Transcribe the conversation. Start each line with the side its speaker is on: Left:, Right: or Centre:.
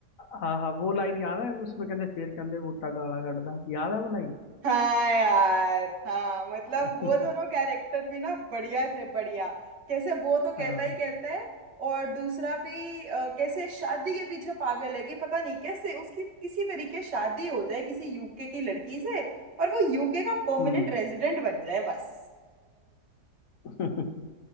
Left: हाँ हाँ वो लाइन याद है उसमें कहते फिर कहते बूटा गाला कटदा याद है वो लाइन
Right: हाँ यार हाँ मतलब
Left: <laughs>
Right: वो दोनों कैरेक्टर भी ना बढ़िया थे बढ़िया कैसे वो
Left: हाँ
Right: तो कहता ही कहता है और दूसरा भी अ, कैसे शादी के पीछे पागल है कि पता नहीं कैसे उसकी किसी तरीके शादी हो जाए किसी यूके की लड़की से और वो यूके का परमानेंट
Left: हम्म
Right: रेजिडेंट बन जाए बस
Left: <laughs>